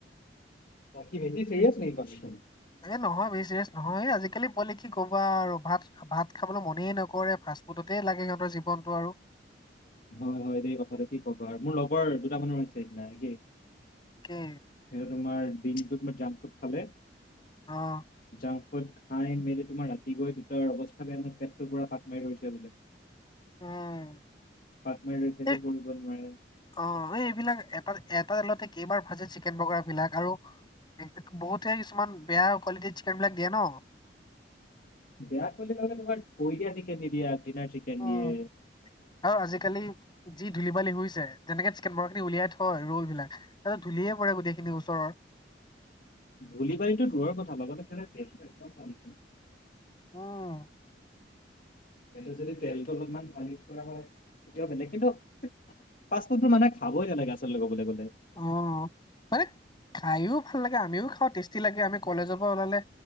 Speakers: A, on the left; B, on the left.
A: কি বেছি চিৰিয়ছ নেকি?
B: এ নহয় বেছ চিৰিয়াছ নহয় এই আজিকালি পোৱালি কি ক'বা আৰু ভাত ভাত খাবলৈ মনেই নকৰে ফাষ্টফুডতে লাগে সিহঁতৰ জীৱনটো আৰু
A: হয়, হয় এইেই কথাটো কি ক'বা আৰু মোৰ লগৰ দুটা মানুহৰ হৈছে সেইদিনা একেই
B: কি?
A: সেই তোমাৰ দিনটো জা‍ং ফুট খালে
B: অ'।
A: জাং ফুদ খাই মেলি তোমাৰ ৰাতি গৈ দুটাৰ অৱস্থা বেয়া পেটটোৰ পৰা পাক মাৰি ধৈছে বোলে
B: উম।
A: পাক মাৰি ধৰিছে একো
B: এই
A: কৰিব নোৱাৰে।
B: অ', এই এইবিলাক এটা তেলতে কেইবাৰ ভাজে চিকেন পকৰা বিলাক আৰু বহুতে কিছুমান বেয়া কোৱালিটিৰ চিকেন বিলাক দিয়ে ন।
A: বেয়া কোৱালিটি লগতে তোমাৰ ঠৈ দিয়া চিকেন দি দিয়ে আগিনাৰ চিকেন
B: উম
A: দিয়ে
B: আৰু আজিকালি যি ধূলি বালি হৈছে যেনেকে চিকেন বৰস খিনি উলিয়াই থয় ৰোল বিলাক তাত ধূলিয়ে পৰে গোটেইখিনি ওচৰৰ
A: ধূলি বালি তু দূৰৰ কথা লগতে <unintelligible> তেলো একদম ভাল
B: উম।
A: সিহঁতে যদি তেলটো অলপমান ভাল ইউজ কৰা হয় তেতিয়াও বেলেগ কিন্তু ফাষ্টফুডবোৰ মানে খাবই নালাগে আচলতে কবলৈ গ'লে।
B: অ' হৈট খায়ো ভাল লাগে, আমিও খাওঁ টেষ্টি লাগে, আমি কলেজৰপৰা ওলালে